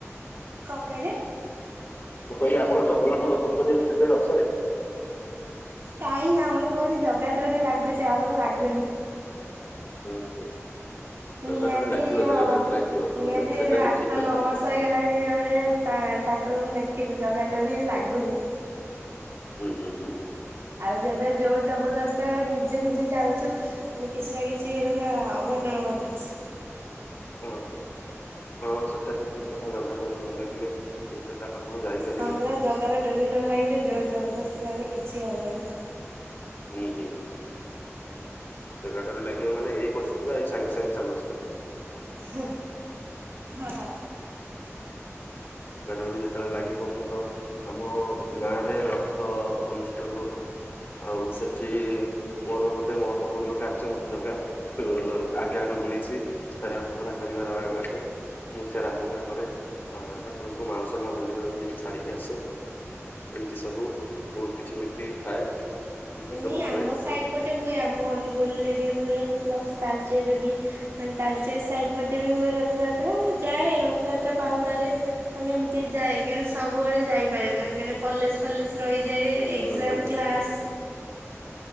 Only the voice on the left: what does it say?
ମୁଁ କହିଲି ଆପଣ ଜଗନ୍ନାଥ ଦର୍ଶନ କରି ଯିବେ ରଥରେ।
ହୁଁ ହୁଁ ଜଗା
ଡୋରି ଲାଗିବ
ଜଗା ଡୋରି ଲାଗିବ
ହୁଁ ସେଇଟା ବି
ଠିକ୍ କଥା।
ହୁଁ ହୁଁ ହୁଁ।
ଓହୋ ହଁ ସେଟାବି ଠିକ କଥା ଜଗା ଡୋରି ନ ଲାଗିଲେ ଏଇଟା ତା ପାଖକୁ ଯାଇପାରିବେନି?
ହୁଁ ହୁଁ ହୁଁ ଜଗା ଡୋରି ଲାଗିବ ମାନେ, ଏଇ ବସିଥିବା ଏଇ ସାଙ୍ଗେ ସାଙ୍ଗେ ଚାଲ ଯିବା
ଜଗା ଡୋରି ଯେତେବେଳେ ଲାଗିବ ମୁଁ ତ ଆମ ଗାଁରେ ରଥ ଅନୁଷ୍ଠିତ ହୁଏ। ଆଉ ସେଠି ମୋର ଗୋଟେ ମହତ୍ଵପୂର୍ଣ୍ଣ କାର୍ଯ୍ୟ ମତେ ଜଗା ଆଜ୍ଞା ରୁ ମିଳିଛି ଛେରା ଫହିଁରା କରିବାର ଆଜ୍ଞା। ମୁଁ ଚେରା ପହଁରା କରେ, ଏଁ ଠାକୁରଙ୍କୁ ମାଉସ ମା ମନ୍ଦିରରେ ନେଇକି ଛାଡିକି ଆସେ। ଏମିତି ସବୁ ବହୁତ କିଛି ନିତି ଥାଏ। ନୀତି
ସବୁ
ହୁଏ
ହୁଁ ହୁଁ ହୁଁ